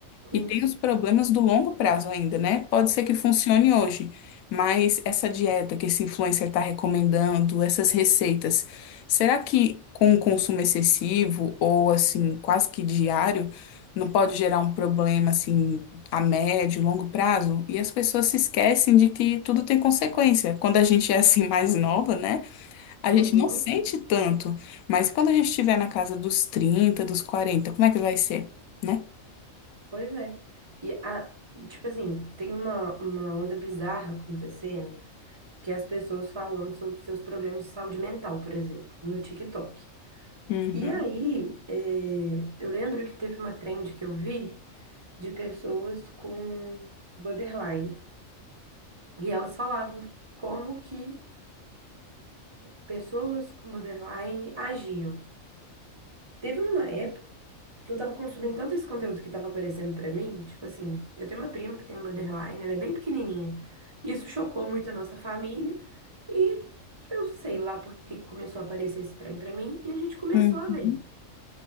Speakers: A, on the right; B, on the left.
A: Sim.
B: E tem os problemas do longo prazo ainda, né? Pode ser que funcione hoje, mas essa dieta que esse influencer está recomendando, essas receitas, será que com o consumo excessivo ou assim, quase que diário, não pode gerar um problema assim a médio, longo prazo? E as pessoas se esquecem de que tudo tem consequência. Quando a gente é assim mais nova, né? A
A: Uhum.
B: gente não sente tanto, mas quando a gente estiver na casa dos 30, dos 40, como é que vai ser, né?
A: Pois é. E a- tipo assim, tem uma, uma onda bizarra acontecendo que as pessoas falando sobre seus problemas de saúde mental, por exemplo, no TikTok.
B: Uhum.
A: E aí, é, eu lembro que teve uma trend que eu vi de pessoas com borderline. E elas falavam como que pessoas com borderline agiam. Teve uma que eu tava consumindo tanto esse conteúdo que tava aparecendo pra mim, tipo assim, eu tenho uma prima que tem um borderline, ela é bem pequenininha. Isso chocou muito a nossa família e eu sei lá porque começou a aparecer esse trem pra mim e a gente começou
B: Uhum.
A: a ver.